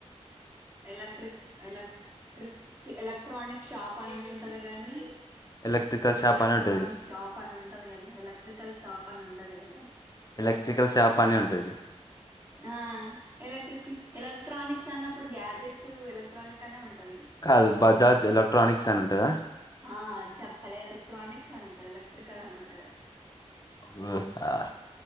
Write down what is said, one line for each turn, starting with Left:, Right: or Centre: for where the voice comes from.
Right: ఎలక్ట్రిక్ ఎలక్ ట్రిప్ ఎలక్ట్రానిక్ షాప్ అని ఉంటది గాని
Left: ఎలక్ట్రికల్ షాప్
Right: ఎలక్ట్రానిక్
Left: అని ఉంటది
Right: షాప్ అని ఉంటది గని ఎలక్ట్రికల్ షాప్ అని ఉండదు గదా
Left: ఎలక్ట్రికల్ షాప్ అని ఉంటది
Right: ఆ ఎలక్ట్రిక్ ఎలక్ట్రానిక్స్ అన్నప్పుడు గ్యాజెట్స్ ఎలక్ట్రానిక్ అనే ఉన్ టది
Left: కాదు బజాజ్ ఎలక్ట్రానిక్స్ అని ఉంటదా
Right: ఆ చెప్పలేలు ట్రానిక్స్ అని ఉంటది ఎలక్ట్రికల్ అని ఉండదు
Left: హు ఆ